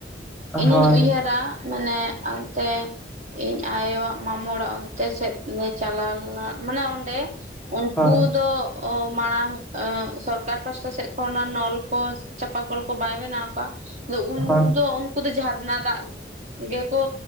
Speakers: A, on the right; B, in the centre.
A: ᱤᱧᱤᱧ
B: ᱦᱳᱭ
A: ᱩᱭᱦᱟᱹᱨᱟ ᱢᱟᱱᱮ ᱚᱱᱛᱮ ᱤᱧ ᱟᱭᱳᱣᱟᱜ ᱢᱟᱢᱳ ᱚᱲᱟᱜ ᱚᱱᱛᱮ ᱥᱮᱫ ᱞᱮ ᱪᱟᱞᱟᱣ ᱞᱮᱱᱟ, ᱢᱟᱱᱮ ᱚᱸᱰᱮ᱾ ᱩᱱᱠᱩ
B: ᱦᱳᱭ
A: ᱫᱚ ᱚ ᱢᱟᱲᱟᱝ ᱥᱚᱨᱠᱟᱨ ᱯᱟᱥᱴᱟ ᱥᱮᱫ ᱠᱷᱚᱱᱚᱱᱟᱜ ᱱᱚᱞ ᱠᱚ ᱪᱟᱸᱯᱟ ᱠᱚᱞ ᱠᱚ ᱵᱟᱭ ᱵᱮᱱᱟᱣ ᱠᱟᱜ <unintelligible>
B: ᱦᱳᱭ
A: ᱛᱚ ᱩᱱᱠᱩ ᱫᱚ ᱡᱷᱟᱨᱱᱟ ᱫᱟᱜ ᱜᱮᱠᱚ